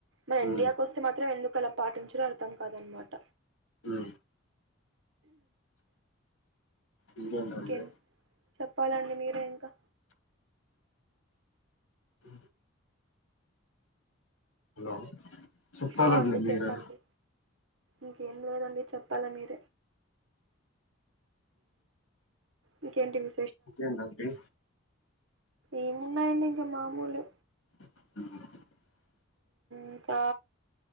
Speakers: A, on the right; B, on the left.
A: మరి ఇండియా
B: హ్మ్
A: కొస్తే మాత్రం ఎందుక్ క్కలా పాటించరో అర్థం కాదనమాట
B: హ్ ఇంకేంటండి
A: ఇంకేం చెప్పాలండి మీరే ఇంకా
B: హ హలో చెప్పాలండి
A: ఆ అండి
B: మీరే
A: చెప్పండి ఇంకేం లేదండి చెప్పాల మీరే ఇంకేంటి వి
B: ఇకేందండి
A: ఏమున్నాయండి ఇంకా మామూలు
B: అ
A: ఇంకా